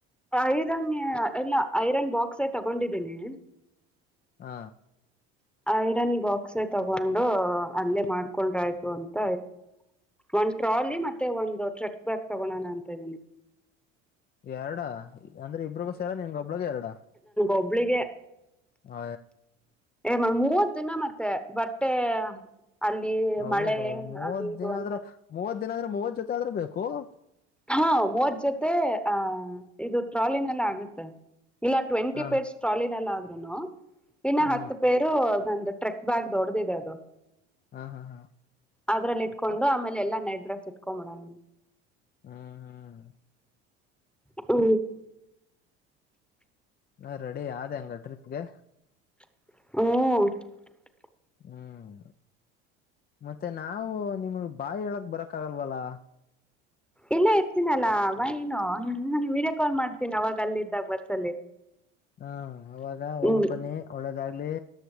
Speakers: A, in the centre; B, on the left (about 30°).
A: ಐರನ್ ಎಲ್ಲ ಐರನ್ ಬಾಕ್ಸೇ ತಗೊಂಡಿದ್ದೀನಿ
B: ಹಾ
A: ಐರನ್ ಬಾಕ್ಸ ತಗೊಂಡು ಅಲ್ಲೇ ಮಾಡ್ಕೊಂಡ್ರ ಆಯ್ತು ಅಂತ ಒ ಟ್ರಾಲಿ ಮತ್ತೆ ಒಂದು ಟ್ರಕ್ರ್ ಬ್ಯಾಗ್ ತಗೋಣಣ ಅಂತ ಇದ್ದೀನಿ
B: ಎರಡ ಅಂದ್ರೆ ಇಬ್ಬರಿಗೂ ಸೇರ ನಿನ್ಗ ಒಬ್ಳಗ ಎರಡ
A: ಹಬ್ಳಿಗೆ
B: ಹ
A: ಎಮ್ಮ ಹೂ ದಿನ ಮತ್ತೆ ಬಟ್ಟೆ ಅಲ್ಲಿ
B: ಹೌದೌದು
A: ಮಳೆ
B: ಮೂವತ್
A: ಅದು ಇದು
B: ದಿನ
A: ಅಂತ
B: ಆದ್ರೂ ಮೂವತ್ ದಿನ ಅ ಆದ್ರೆ ಮೂವತ್ ಜೊತೆ ಆದ್ರೂ ಬೇಕು
A: ಹಾ ಮೂವತ್ ಜೊತೆ ಆಹ ಇದು ಟ್ರಾಲಿನಲ್ಲ ಆಗುತ್ತೆ ಇಲ್ಲ ಟ್ವೆಂಟಿ
B: ಹ
A: ಪೇರ್ಸ್ ಟ್ರಾಲಿನಲ್ಲಿ ಆಗ್ ನಾನು ಇನ್ನು
B: ಹ
A: ಹತ್ತು ಪೇರು ಗಂದು ಟ್ರೆಕ್ ಬ್ಯಾಗ್ ದೊಡ್ದಿದೆ ಅದು
B: ಹಾ ಹಾ ಹಾ <unintelligible>
A: ಅದ್ರಲ್ಲಿ ಇಟ್ಕೊಂಡು ಆಮೇಲೆ ಎಲ್ಲಾ ನೈಟ್ ಡ್ರಸ್ ಇಟ್ಕೊಂಡ್ಬಿಡಣ
B: ಹ್ಮ್ ಹ್ಮ್
A: ಹ್ಮ
B: ನಾ ರೆಡಿ ಅ ಹಂಗ ಟ್ರಿಪ್ಗೆ
A: ಹ <unintelligible>
B: ಹ್ಮ್ ಮತ್ತೆ ನಾವು ನಿಮ್ಗ್ ಬಾಯಿ ಹೇಳಕ್ ಬರಕ್ ಆಗಲ್ವಲ್ಲ
A: ಇಲ್ಲ ಇರ್ತೀನಲ್ಲ ಅವ ಏನು ನ ವಿಡಿಯೋ ಕಾಲ್ ಮಾಡ್ತೀನಿ ಅವಾಗ ಅಲ್ಲಿದ್ದಾಗ ಬಸ್ಲ್ಲಿ
B: ಹ ಅವಾಗ ಹೋಗ್
A: ಹ್ಮ
B: ಬನ್ನಿ ಒಳ್ಳೇದಾಗ್ಲಿ